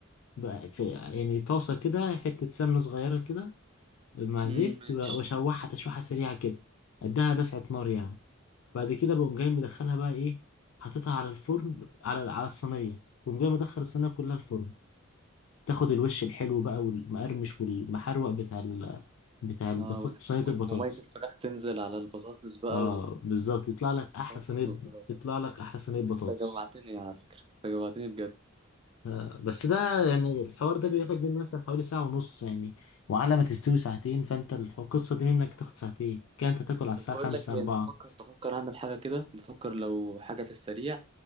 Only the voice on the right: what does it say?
مم،
ماشي
اه والف...
و-
ومية الفراخ تنزل على البطاطس بقى
و
صينية
البطاطس
انت جوعتني على فكرة انت جوعتني بجد
طب بقول
لك ايه
انا بفكر بفكر اعمل حاجة كده بفكر لو حاجة في السريع